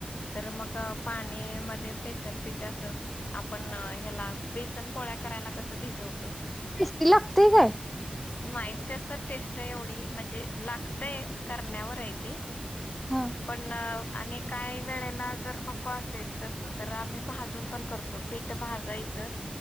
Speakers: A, on the left (about 60°); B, in the centre.
A: तर मग पाणी मध्ये बेसनपिठ अस, आपण ह्याला बेसन पोळ्या करायला कसं भिजवतो.
B: ती लागतय काय?
A: माहिती अस टेस्ट एवढी म्हणजे लागतय करण्यावर आहे ते.
B: हा
A: पण अनेक काही वेळेला जर नको असेल तस तर, आम्ही भाजून पण करतो पीठ भाजायचं.